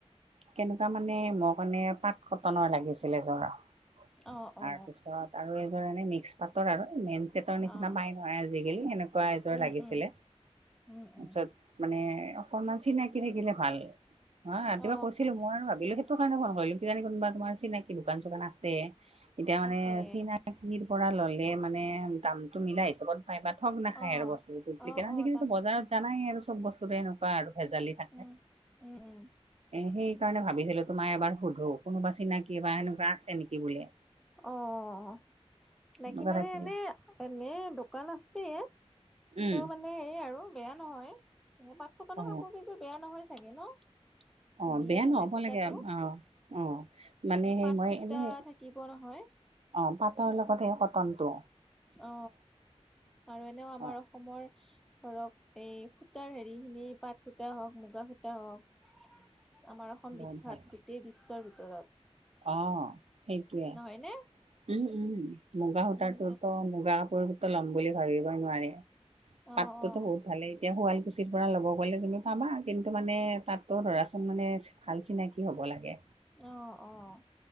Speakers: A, on the right; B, in the centre.
A: কেনেকুৱা মানে মোক মানে পাট কটনৰ লাগিছিলে যৰা।
B: অ
A: তাৰ
B: অ
A: পিছত আৰু এযোৰ এনে মিক্স পাতৰ আৰু মেইন চিত ৰ
B: অ
A: নিচিনা
B: অ
A: পাই নহয় আজিকালি সেনেকুৱা এযোৰ
B: উম
A: লাগিছিলে
B: উম উম উম
A: তাৰপিছত মানে অকনমান চিনাকি থাকিলে ভাল হ ৰাতিপুৱা
B: অ
A: কৈছিলো মই আৰু ভাবিলো সেইত টো কাৰণে ফোন কৰিলো কিজানি কোনোবা তোমাৰ চিনাকি দোকান চোকান আছে এতিয়া
B: তাকে
A: মানে চিনাক কিৰ পৰা ললে মানে দাম টো মিলা হিচাপত পাই বা ঠগ নাখায়
B: অ
A: আৰু বস্তুটো ডুপ্লিকেট
B: অ
A: আজিকালিটো
B: অ তাক
A: বজাৰত জানাই আৰু চব বস্তুতে এনেকুৱা আৰু ভেজালি থাকে।
B: উম-উম-উম।
A: সেইকাৰণে ভাবিছিলো তোমাকএবাৰ সোধো কোনোবা চিনাকি বা সেনেকুৱা আছে নেকি বুলি?
B: অ', অ', অ চিনাকি
A: এনেকুৱা
B: মানে
A: থাকিলে
B: এনে-এনে দোকান আছে। কিন্তু
A: উম
B: মানে এই আৰু বেয়া নহয় পাতকটনৰ
A: অ
B: কাপোৰ কেইযোৰ বেয়া নহয় চাগে ন। ধুনীয়া
A: অ বেয়া
B: মানে
A: নহ'ব
B: সুতাটো
A: লাগে অ অ
B: মানে
A: সেই
B: পাত
A: মই
B: সুতা
A: এনে
B: থাকিব হয়।
A: অ, পাটৰ লগত হে কটন টো।
B: অ, আৰু এনেও আমাৰ
A: অ
B: অসমৰ ধৰক এই সূতাৰ হেৰি খিনি পাত সূতা হওক মুগা সূতা হওক। আমাৰ অসম
A: বহুত
B: বিখ্যাত
A: ভাল
B: গোটেই বিশ্বৰ ভিতৰত।
A: অ, সেইটোৱে
B: নহয়নে?
A: উম-উম। মুগা সূতাটোতো
B: উম তাক
A: মুগাৰ পৰিৱৰ্ত ল'ম বুলি ভাবিবই নোৱাৰি পাতটোতো
B: অ অ
A: বহুত ভালে এতিয়া শুৱালকুছিৰ পৰা ল'ব গ'লে তুমি পাবা কিন্তু মানে তাতো ধৰাচোন মানে ভাল চিনাকি হ'ব লাগে।
B: অ', অ',